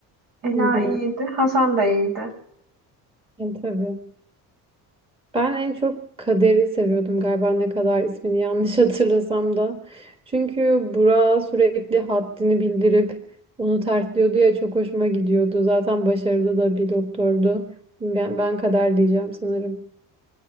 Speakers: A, on the right (about 75°); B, on the right (about 15°).
A: Ela
B: Hı hı.
A: iyiydi. Hasan da iyiydi.
B: Yani tabii. Ben en çok Kader'i seviyordum galiba ne kadar ismini yanlış <laughs> hatırlasam da. Çünkü Burak'a sürekli haddini bildirip onu tersliyordu ya çok hoşuma gidiyordu. Zaten başarılı da bir doktordu. Ben, ben Kader diyeceğim sanırım.